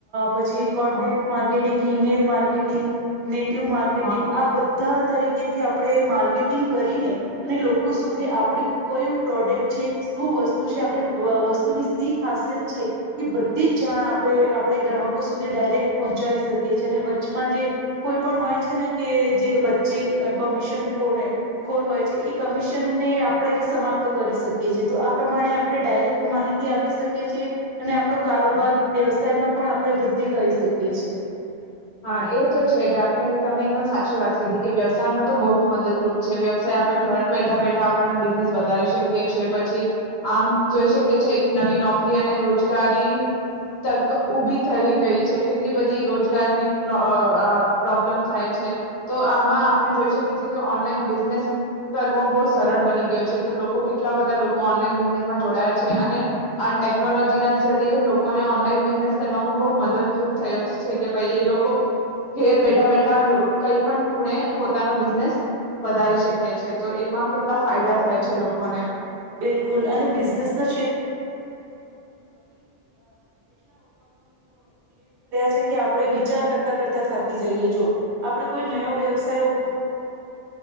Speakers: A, on the right; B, on the left.
A: પછી content
B: હા
A: marketing email. Marketing net. ટ માર્કેટિંગ
B: હા
A: આ બધા તરીકે. કેથી આપણે માર્કેટિંગ કરીને અને લોકો સુધી આપણ કઈ પ્રોડક્ટ છે શું વસ્તુ છે આપણી વસ્તુની સી ખાસિયત છે એ બધી જ જાણ આપે આપણે ગ્રાહકો સુધી ડાયરેક્ટ પહોંચાવી શકીએ છી અને. કમાં જે કોઈ પણ હોય છે ને કે જે વચ્ચે કમિશન ખોર ખોર હોય છે એ કમિશનને આપણે સમાપ્ત કરી શકીએ છીએ તો આ પ્રમાણે આપણે ડાયરેક્ટ માહિતી આપી શકીએ છેએ અને આપણો કારોબાર વ્યવસાયમાં પણ આપણે વૃદ્ધિ કરી શકીએ છ છે.
B: હા એ તો છે જે આપણે તમે એકદમ સાચ. સાચી વાત કરી કે વ્યવસાય માં તો બહુ જ મદદરૂપ છે વ્યવસાય આપણે ઘર બેઠા બેઠા આપણનો બિઝનેસ વધારી શકીએ છીએ પછી આમ જોઈ શકીએ છેએ કે નવી નોકરી અને રોજગારી તક ઊભી થઈ ગઈ છે કેટલી બધી રોજગારની પ્રોબ્લેમ થાય છે તો આમાં આપણે જોઈ શકે છે કે ઓનલાઇન બિઝનેસ કરવો બહુ સરળ બની ગયો છે તો લોકો કેટલા બધા લોકો ઓનલાઈન ડિઝાઇનમાં જોડાયા છે અને ટેકનોલોજીના લોકોને ઓનલાઇન બિઝનેસ કરવામાં બહુ મદદરૂપ થયો છે કે ભાઈ એ લોકો ઘેર બેઠા બેઠા કઈ પણ ખૂણે પોતાનો બિઝનેસ વધારી શકે છે તો એમાં કેટલા ફાયદા થાય છે લોકોને
A: ક્રિએટ કર્યા છે કે આપણે વિચાર કરતા કરતા થાકી જઈએ જો આપણે કોઈ નવો વ્યવસાયો